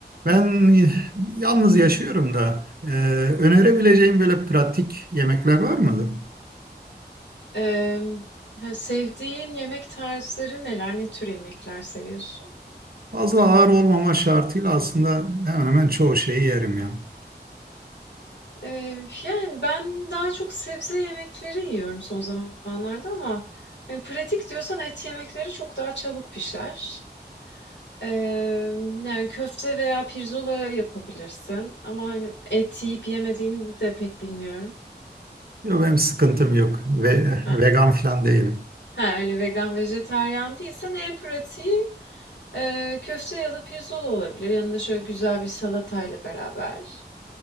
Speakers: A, on the right (about 60°); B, on the left (about 85°).
A: Ben yalnız yaşıyorum da e, önerebileceğim böyle pratik yemekler var mıdır?
B: Emm, he, sevdiğin yemek tarzları neler? Ne tür yemekler seviyorsun?
A: Fazla ağır olmama şartıyla aslında hemen hemen çoğu şeyi yerim yani.
B: Eee, yani, ben daha çok sebze yemekleri yiyorum son zamanlarda ama, hani, pratik diyorsan et yemekleri çok daha çabuk pişer. Emm, yani, köfte veya pirzola yapabilirsin ama, hani, et yiyip yemediğini de pek bilmiyorum.
A: Yok benim sıkıntım yok ve
B: Ha,
A: vegan falan değilim.
B: ha, öyle vegan, vejetaryen değilsen en pratiği, eee, köfte ya da pirzola olabilir. Yanında şöyle güzel bir salatayla beraber.